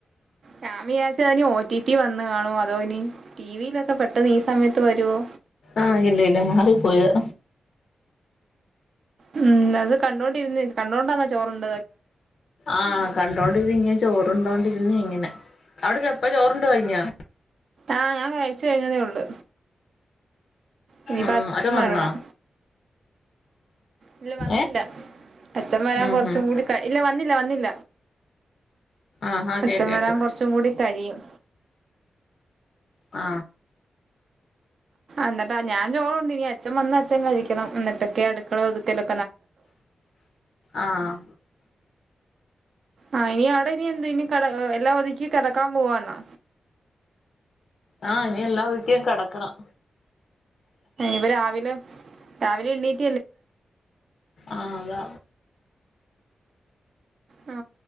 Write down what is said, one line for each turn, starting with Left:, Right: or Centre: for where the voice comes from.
Right: ഞാൻ വിചാരിച്ചു അന് ഓ ടി ടി വന്നു കാണുമ അതോ ഇനി ടിവിയിലൊക്കെ പെട്ടെന്ന് ഈ സമയത്ത് വരുവോ
Left: ആഹ് ഇല്ല ഇല്ല മാറിപ്പോയതാ
Right: ഉം അത് കണ്ടോണ്ടിരുന്നേ കണ്ടുകോണ്ടന്ന ചോറണ്ട്
Left: ആ! കണ്ടോണ്ടി ചോറണ്ടോണ്ടിരുന്ന ഇങ്ങനെ അവിടെ ചപ്പാ ചോറണ്ട് കഴിഞ്ഞാ
Right: ആ ഞാൻ കഴിച്ച കഴിഞ്ഞതേ ഉള്ളു ഇനിയിപ്പ
Left: ഉം
Right: അച്ഛൻ
Left: വന്നോ
Right: വരണം ഇല്ല വന്നില്ല
Left: ഏഹ്
Right: അച്ഛന്മാരാൻ
Left: ഉം
Right: കൊറച്ചും
Left: ഉം
Right: കൂടി ഇല്ല വന്നില്ല വന്നില്ല
Left: ആഹാ
Right: അച്ഛൻ
Left: കേട്ട് കേട്ട്
Right: വരാൻ കുറച്ചും കൂടി കഴിയും
Left: ആ
Right: എന്നിട്ട് ഞാൻ ചോറുണ്ട് ഇനി അച്ഛൻ വന്ന അച്ഛൻ കഴിക്കണം എന്നിട്ടൊക്കെ അടുക്കള ഒതുക്കലെ
Left: ആ..
Right: ആഹ് ഇനി അവിടെ ഇനി എന്ത് ഇനി കട എല്ലാ ഒതിക്ക കിടക്കാൻ പോവാന്നാ
Left: ആ ഇനി എല്ലാം ഒതുക്കി കിടക്കണം
Right: ഇപ്പ രാവിലെ രാവിലെ എണ്ണീ-
Left: ആ... അതാ
Right: ആ